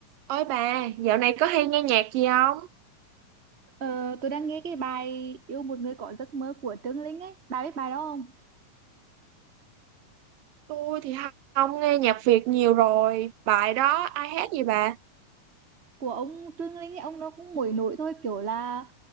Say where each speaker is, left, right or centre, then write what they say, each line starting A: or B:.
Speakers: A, on the right; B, on the right.
A: Ôi bà, dạo này có hay nghe nhạc gì không?
B: Ờ, tôi đang nghe cái bài Yêu một người có giấc mơ của Trương Linh ấy. Bà biết bài đó không?
A: Tôi thì không không nghe nhạc Việt nhiều rồi. Bài đó ai hát gì bà?
B: Của ông Trương Linh ấy, ông nó cũng nổi nổi thôi. Kiểu là